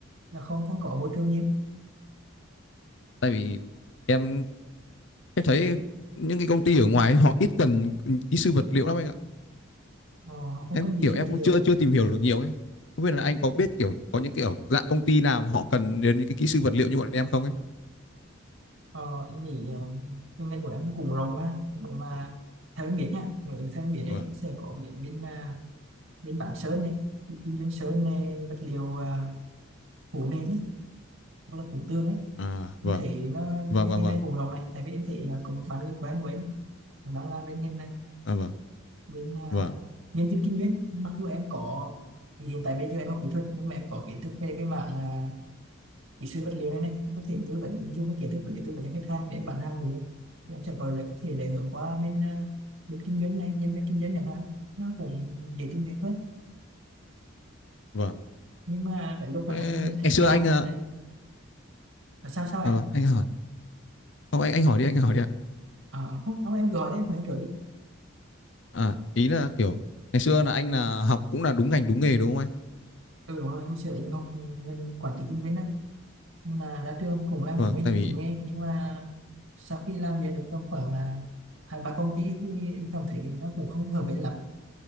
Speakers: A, on the right; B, on the left.
A: Là không không có môi trường nhiều,
B: tại vì em em thấy những cái công ty ở ngoài ấy, họ ít cần kỹ sư vật liệu lắm anh ạ
A: ờ, họ không
B: em
A: cần
B: cũng
A: kỹ
B: kiểu
A: sư
B: em
A: vật
B: cũng
A: liệu.
B: chưa chưa tìm hiểu được nhiều ấy không biết là anh có biết kiểu có những kiểu dạng công ty nào họ cần đến những cái kỹ sư vật liệu như bọn em không ấy
A: Ờ, em nghĩ ờ, cái ngành của em nó cũng rộng mà. Nếu mà theo em biết nha, nếu theo em biết đấy,
B: vâng
A: em sẽ có biết bên à, bên bản sơn này, bên kinh doanh sơn này, vật liệu à, phủ nền ấy, hoặc là phủ tường ấy.
B: à
A: Em
B: vâng
A: thấy nó
B: vâng
A: cái
B: vâng
A: ngành
B: vâng
A: này cũng rộng này, tại vì em thấy à, có một bạn người quen của em cũng đang làm bên ngành này
B: à, vâng
A: bên à,
B: vâng
A: nhân viên kinh doanh mặc dù em có thì hiện tại bây giờ em học kỹ thuật nhưng mà em có kiến thức về cái mảng à, kỹ sư vật liệu này này em có thể tư vấn dùng cái kiến thức để tư vấn cho khách hàng để em bán hàng nữa thì em sẽ có lại có thể lại hướng qua bên à, bên kinh doanh này nhân viên kinh doanh chẳng hạn nó cũng dễ tìm việc hơn
B: vâng
A: nhưng mà cái lúc mà
B: Thế
A: em em
B: ngày xưa
A: theo
B: anh
A: học ngành
B: ờ,
A: này là sao sao
B: à,
A: em
B: vâng, anh hỏi không anh anh hỏi đi anh hỏi đi ạ
A: à, không, không em gọi đi em hỏi trước đi
B: à, ý là kiểu ngày xưa là anh là học cũng là đúng ngành đúng nghề đúng không anh
A: ừ đúng rồi hôm xưa anh học ngành quản trị kinh doanh á nhưng mà ra trường cũng làm
B: vâng
A: đúng nghề
B: tại vì
A: đúng nghề nhưng mà sau khi làm việc được tầm khoảng là hai ba công ty thì em cảm thấy nó cũng không hợp với lắm